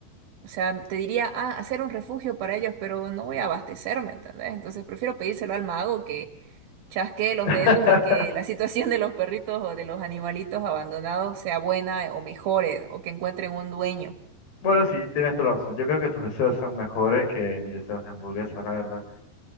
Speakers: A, on the right; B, on the left.
A: O sea, te diría, ah, hacer un refugio para ellos, pero no voy a abastecerme, ¿entendés? Entonces prefiero pedírselo al mago que chasquee los
B: <laughs>
A: dedos y que la <laughs> situación de los perritos o de los animalitos abandonados sea buena o mejore o que encuentren un dueño.
B: Bueno, sí, tienes toda la razón. Yo creo que tus deseos son mejores que mis deseos de hamburguesa, la verdad.